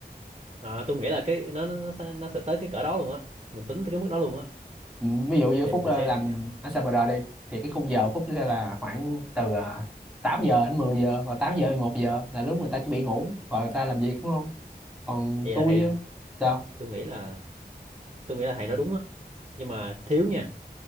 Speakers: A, on the right; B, in the centre.
A: Ờ, tôi nghĩ là cái nó nó nó sẽ, nó sẽ tới cái cỡ đó luôn á mình tính tới cái mức đó luôn á
B: Ừ, ví dụ như
A: tệp
B: Phúc
A: người
B: ờ,
A: xem
B: làm
A: khác nhau
B: ở Sabre đi thì cái khung giờ Phúc sẽ là khoảng từ ờ, 8 giờ đến 10 giờ và 8 giờ đến 1 giờ là lúc người ta chuẩn bị ngủ rồi người ta làm việc đúng không còn
A: vậy
B: tôi
A: là thầy
B: á, sao
A: tôi nghĩ là tôi nghĩ là thầy nói đúng á nhưng mà thiếu nha